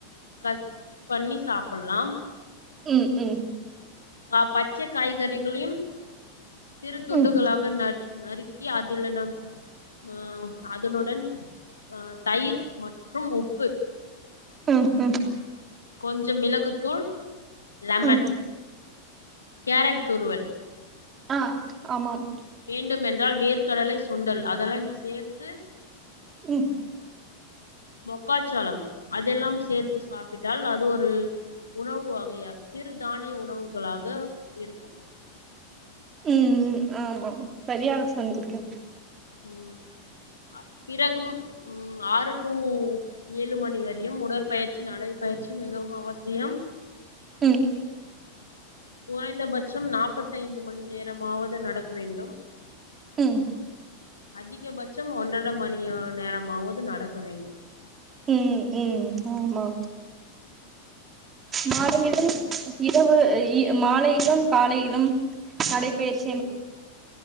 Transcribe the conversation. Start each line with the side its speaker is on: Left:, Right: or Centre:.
Left: கட் பண்ணி சாப்புலாம்
Right: ம் ம்
Left: கா பச்ச காய்கறிகளயும் சிறு துண்டுகளா
Right: ம்
Left: க நட் நறுக்கி அதில நா ஆ அதனுடன் ஆ தயிர் மற்றும் உப்பு
Right: ம் ம்
Left: கொஞ்சம் மிளகுத்தூள் லெமன்
Right: ம்
Left: கேரெட் துருவல்
Right: ஆ ஆமாம்
Left: வேண்டுமென்றால் வேர்க்கடலை சுண்டல் அதெல்லாம் சேர்த்து
Right: ம்
Left: மொக்காச்சோளம் அதெல்லாம் சேர்த்து சாப்பிட்டால் அது ஒரு உணவு வகையா சிறு தானிய உணவுகளாக இருக்கும்
Right: ம் ஆமாமா சரியாக சொன்னீர்கள்
Left: ம் ஆ பிறகும் ம் ஆறு டூ ஏழு மணி வரியும் உடற்பயிற்சி நடை பயிற்சி மிகவும் அவசியம்
Right: ம்
Left: குயந்தபச்சம் நாப்பத்தைந்து மணி நேரமாவது நடக்க வேண்டும்
Right: ம்
Left: அதிகபச்சம் ஒன்றர மணி நேரமாவது நடக்க வேண்டு
Right: ம் ம் ஆமா மாலையிலு இரவு இ
Left: பிற
Right: மாலையிலு காலையிலு நடைபயிற்
Left: ம்